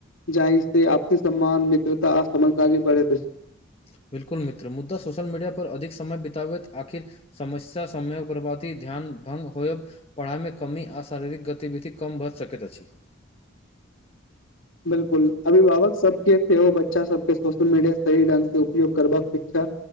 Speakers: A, on the left; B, on the left.
A: जाहि से आपसी सम्मान मित्रता आ समझदारी बढ़ैत अछि
B: <unintelligible> बिल्कुल मित्र मुद्दा सोशल मीडिया पर अधिक समय बिताबैत आखिर समस्या समयक बर्बादी ध्यान भंग होयब पढ़ाइमे कमी आ शारीरिक गतिविधि कम भअ सकैत अछि <inaudible>
A: बिल्कुल अभिभावक सबके सेहो बच्चा सबके सोशल मीडिया सही ढंग से उपयोग करबाक शिक्षा